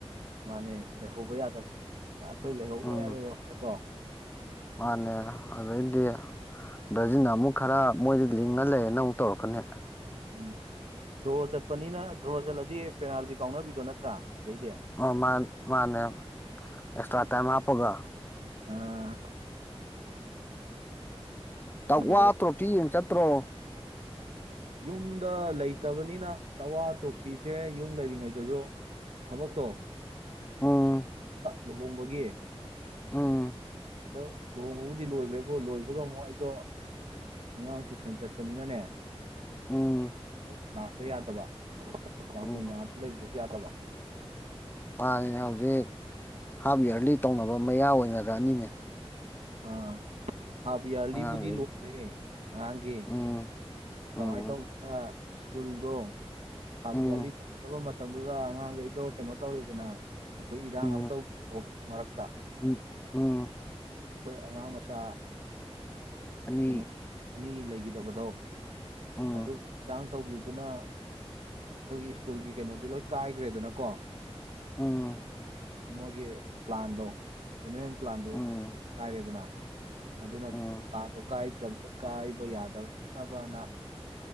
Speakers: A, on the right; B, on the left.
A: ꯃꯥꯅꯦ ꯂꯩꯍꯧꯕ ꯌꯥꯗꯕꯅꯤ ꯑꯩꯈꯣꯏ ꯂꯩꯍꯧꯕ
B: ꯎꯝ
A: ꯌꯥꯕꯒꯤ ꯀꯣ
B: ꯃꯥꯅꯦ ꯑꯗꯨꯗ ꯏꯗꯤ ꯕ꯭ꯔꯥꯖꯤꯜꯅ ꯑꯃꯨꯛ ꯈꯔ ꯃꯣꯏꯗꯤ ꯂꯤꯡꯉ ꯂꯩꯔꯅ ꯑꯃꯨꯛ ꯇꯧꯔꯛꯀꯅꯤ
A: ꯎꯝ ꯗ꯭ꯔꯣ ꯆꯠꯄꯅꯤꯅ ꯗ꯭ꯔꯣ ꯆꯠꯂꯗꯤ ꯄꯦꯅꯥꯜꯇꯤ ꯀꯥꯎꯅꯕꯤꯗꯣ ꯅꯠꯇ꯭ꯔꯥ ꯑꯗꯩꯗꯤ
B: ꯑꯣ ꯃꯥ ꯃꯥꯅꯦ ꯑꯦꯁꯇ꯭ꯔꯥ ꯇꯥꯏꯝ ꯍꯥꯣꯒ
A: ꯑꯥ
B: ꯇꯛꯋꯥ
A: ꯍꯣꯔꯦꯟ
B: ꯇ꯭ꯔꯣꯐꯤ ꯌꯦꯡ ꯆꯠꯇ꯭ꯔꯣ
A: ꯌꯨꯝꯗ ꯂꯩꯇꯕꯅꯤꯅ ꯇꯋꯥ ꯇ꯭ꯔꯣꯐꯤꯁꯦ ꯌꯨꯝ ꯂꯩꯔꯤꯉꯩꯗꯁꯨ ꯊꯕꯣ ꯇꯣ
B: ꯎꯝ
A: ꯂꯨꯍꯣꯡꯕꯒꯤ
B: ꯎꯝ
A: ꯑꯗꯣ ꯂꯨꯍꯣꯡꯕꯕꯨꯗꯤ ꯂꯣꯏꯈ꯭ꯔꯦꯕꯣ ꯂꯣꯏꯕꯒ ꯑꯃꯨꯛ ꯑꯩ ꯑꯗꯣ ꯑꯉꯥꯡ ꯇꯨꯏꯁꯟ ꯆꯠꯄꯅꯤꯅꯅꯦ
B: ꯎꯝ
A: ꯑꯣ ꯂꯥꯛꯇ ꯌꯥꯗꯕ ꯌꯥꯝ
B: ꯎꯝ
A: ꯀꯨꯏ ꯅꯥꯗ ꯂꯩꯕꯗꯨꯁꯨ ꯌꯥꯗꯕ
B: ꯃꯥꯅꯤꯅꯦ ꯍꯧꯖꯤꯛ ꯍꯥꯐ ꯏꯌꯥꯔꯂꯤ ꯇꯧꯅꯕ ꯃꯌꯥ ꯑꯣꯏꯅꯔꯛꯑꯅꯤꯅꯦ
A: ꯑꯥ ꯍꯥꯕꯌꯥꯔꯂꯤꯕꯨꯗꯤ
B: ꯑꯉꯥꯡꯈꯩ
A: ꯂꯣꯏꯔꯦ ꯉꯥꯡꯒꯦ
B: ꯎꯝ
A: ꯀꯃꯥꯏꯅ
B: ꯎꯝ
A: ꯇꯧꯒꯦꯗ ꯁ꯭ꯀꯨꯜꯗꯣ ꯍꯥꯐ
B: ꯎꯝ
A: ꯌꯥꯌꯥꯔꯂꯤ ꯇꯧꯗꯕ ꯃꯇꯝꯗꯨꯗ ꯑꯉꯥꯡꯈꯩꯗꯣ ꯀꯩꯅꯣ ꯇꯧꯔꯤꯗꯅ ꯑꯩꯈꯣꯏ ꯏꯔꯥꯡ
B: ꯎꯝ
A: ꯑꯃ ꯇ ꯃꯔꯛꯇ
B: ꯎꯝ ꯎꯝ ꯎꯝ
A: ꯑꯩꯈꯣꯏ ꯑꯉꯥꯡ ꯃꯆꯥ
B: ꯑꯅꯤ
A: ꯀꯩꯅꯣ ꯑꯅꯤ ꯂꯩꯈꯤꯗꯕꯗꯣ
B: ꯎꯝ
A: ꯑꯗꯨ ꯈꯤꯥꯡ ꯇꯧꯈꯤꯕꯗꯨꯅ ꯑꯩꯈꯣꯏꯒꯤ ꯁ꯭ꯀꯨꯜꯒꯤ ꯀꯩꯅꯣꯁꯦ ꯂꯣꯏ ꯀꯥꯏꯈ꯭ꯔꯦꯗꯅꯀꯣ
B: ꯎꯝ
A: ꯃꯣꯏꯒꯤ ꯄ꯭ꯂꯥꯟꯗꯣ ꯑꯦꯅꯨꯋꯦꯟ ꯄ꯭ꯂꯥꯟꯗꯨ
B: ꯎꯝ
A: ꯀꯥꯏꯔꯦꯗꯅ ꯑꯗꯨ ꯑꯗꯨꯅ
B: ꯎꯝ
A: ꯄꯥꯗꯣ ꯀꯗꯕ ꯀꯥꯏꯕ ꯌꯥꯗꯅꯕꯅ